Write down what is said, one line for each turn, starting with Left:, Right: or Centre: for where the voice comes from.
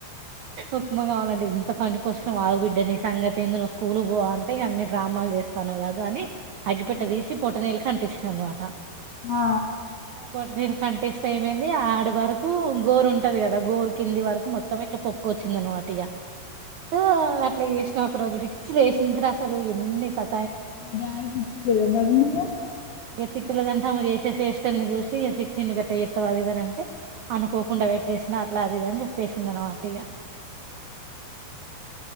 Right: ఉప్మా కావాలంటది ఇంత పని వచ్చినావ ఆగ్ బిడ్డ నీ సంగతెందు నోస్ పూలు గో అంటే ఇంగ అన్ని డ్రామాల్ చేస్ స్తను కదా అని అగ్గి
Left: ఉమ్,
Right: పెట్ట దీశీ ప్ బోటనేళ్ కనిపిస్ అన్ మాట
Left: ఆ
Right: బోట నేళ్ కంటిస్త ఏమైంది ఆడి వరకు గోర్ ఉంటది కద్ అ గోరు కింది వరకు మొత్తం ఇట్లా పొక్క వచ్చింది అన్నమాటి ఇగ ఆ అట్లా చేసిన ఒక రోజు ఫి పిచ్చి లేసింది రా అసలు ఎన్ని స
Left: మళ్ళ డాడీ తిట్టిండా పోయిరా మరి మీరు
Right: ఇగ తిట్టుల తింటామా ఏసే శేఠల్ని చూసి ఇగ తి తిండుకు ఎట్ట చెప్తవ్ అది ఇది అని అంటే అనుకోకుండా పె ట్టేసిన అట్లా ఇది అని చెప్పేసింది అనమాట ఇగ